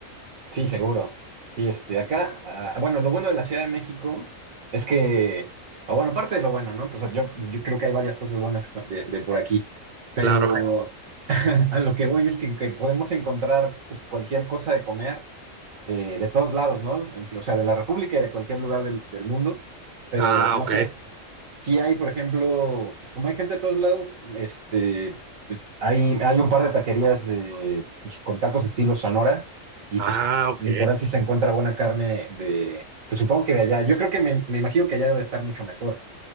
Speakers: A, on the right (about 90°); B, on the right (about 50°).
A: Sí, seguro. Sí, este, acá, ah, bueno, lo bueno de la Ciudad de México es que, o bueno, parte de lo bueno, ¿no? Pues yo, yo creo que hay varias cosas buenas que están de, de por aquí, pero
B: Claro.
A: <laughs> a lo que voy es que, que podemos encontrar pues cualquier cosa de comer eh, de todos lados, ¿no? En- O sea, de la República y de cualquier lugar del, del mundo, pero
B: Ah,
A: no
B: ok.
A: sé, si hay, por ejemplo, pues como hay gente de todos lados, este, pues hay, hay un par de taquerías de, pues, con tacos estilo Sonora y
B: Ah,
A: pues
B: ok.
A: literal sí se encuentra buena carne de, pues supongo que de allá, yo creo que me, me imagino que allá debe estar mucho mejor,